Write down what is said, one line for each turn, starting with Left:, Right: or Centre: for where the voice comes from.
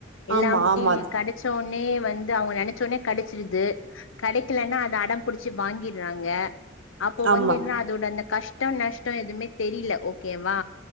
Left: எல்லாமே
Right: ஆமா ஆமா
Left: கட சஒன்னே வந்து அவங்க நினைச்சோனே கடைச்சிருது கடைக்கிலனா அத அடம்புடிச்சு வாங்கிற்றாங்க அப்போ வந்து
Right: ஆமா
Left: என்னா அதோட அந்த கஷ்டோ நஷ்டோ எதுவுமே தெரில ஓகேவா